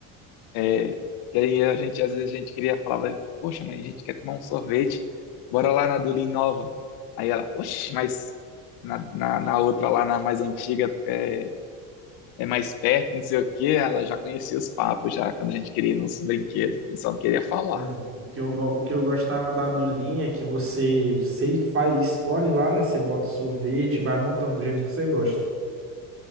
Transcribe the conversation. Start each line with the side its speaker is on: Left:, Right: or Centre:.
Left: É, que aí a gente, às vezes a gente queria, falava, poxa, mãe, a gente quer tomar um sorvete, bora lá na do Lean Nova. Aí ela, oxe, mas na, na, na outra lá, na mais antiga, é, é mais perto, não sei o quê, ela já conhecia os papos já, quando a gente queria ir nos brinquedos, a gente só não queria falar.
Right: Pois o que eu, go- o que eu gostava da do é que você, você faz, escolhe lá, né? Você bota o sorvete, e vai montando do jeito que você gosta.